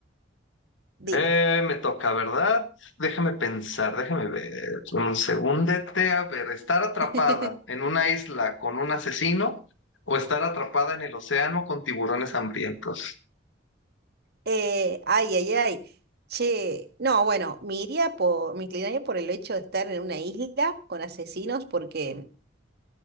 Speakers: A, on the right; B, on the left.
A: Dime.
B: Eh, me toca, ¿verdad? Déjame pensar, déjame ver. Un segundete, a ver, estar atrapada
A: <laughs>
B: en una isla con un asesino o estar atrapada en el océano con tiburones hambrientos.
A: Eh, ay, ay, ay. Che, no, bueno, me iría por, me inclinaría por el hecho de estar en una isla con asesinos porque,